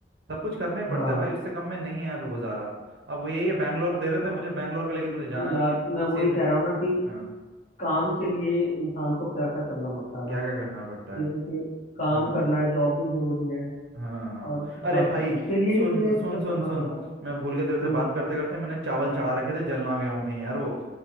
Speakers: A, on the right (about 65°); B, on the left (about 40°).
A: सब कुछ करना ही पड़ता
B: हाँ
A: है भाई उससे कम में नहीं है यहाँ पे गुजारा अब वो यही है बैंगलोर दे रहे
B: हाँ
A: थे मुझे बैंगलोर का लेकिन मुझे जाना
B: यार
A: नहीं है
B: मैं वही
A: सेम है
B: कह रहा हूँ ना कि
A: हाँ
B: काम के लिए इंसान को क्या क्या करना पड़ता है
A: क्या
B: ना
A: क्या करना पड़ता
B: देखो
A: है
B: कि क्योंकि काम
A: हाँ
B: करना है जॉब भी जरूरी है
A: हाँ हाँ
B: और
A: अरे
B: बाकी
A: भाई
B: उसके लिए
A: सुन
B: ही मुझे ये
A: सुन
B: सब
A: सुन
B: करना
A: सुन
B: पड़ रहा है
A: मैं भूल के तेरे से
B: हम्म
A: बात करते करते मैंने चावल चढ़ा रखे थे जल ना गया हूँ कहीं यार वो